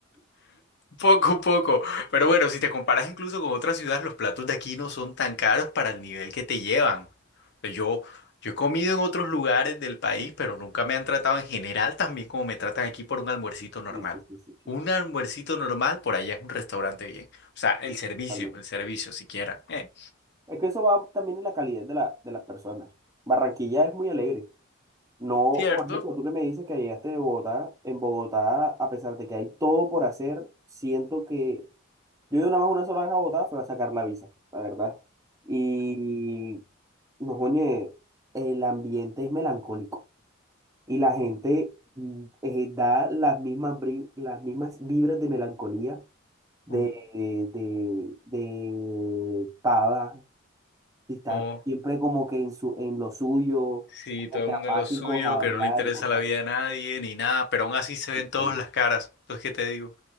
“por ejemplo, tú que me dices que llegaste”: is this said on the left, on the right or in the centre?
Right